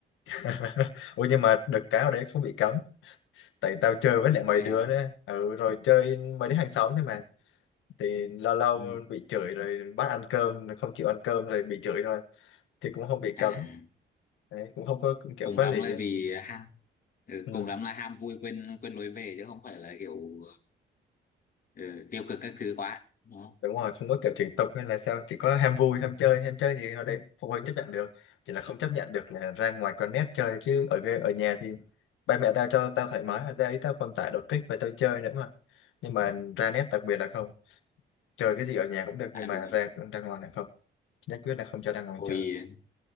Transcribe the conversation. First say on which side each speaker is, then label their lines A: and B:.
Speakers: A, on the left; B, on the left.
A: <laughs> Ủa nhưng mà được cái ở đấy không bị cấm Tại tao chơi với lại mấy
B: vậy
A: đứa
B: à,
A: nữa Ừ rồi chơi mấy đứa hàng xóm thôi mà Thì lâu lâu
B: ừ.
A: bị chửi rồi bắt ăn cơm Không chịu ăn cơm rồi bị chửi thôi Thì cũng không bị
B: à
A: cấm đấy, Cũng không có cũng kiểu
B: cùng
A: có
B: lắm
A: lý,
B: là vì ham ừ,
A: ừ.
B: cùng lắm là ham vui quên quên lối về chứ không phải là kiểu ừ, tiêu cực các thứ quá đúng không
A: Đúng rồi không có kiểu chửi tục hay là sao Chỉ có ham vui ham chơi ham chơi thì ở đấy phụ huynh chấp nhận được Chỉ là không chấp nhận được là ra ngoài con nét chơi Chứ ở ghê- ở nhà thì ba mẹ tao cho tao thoải mái Ở đây tao còn tải đột kích và tao chơi nữa mà Nhưng mà ra nét đặc biệt là không chơi cái gì ở nhà cũng được
B: à
A: nhưng mà
B: đúng rồi
A: ra ra ngoài là không nhất quyết là không cho ra ngoài
B: hồi
A: chơi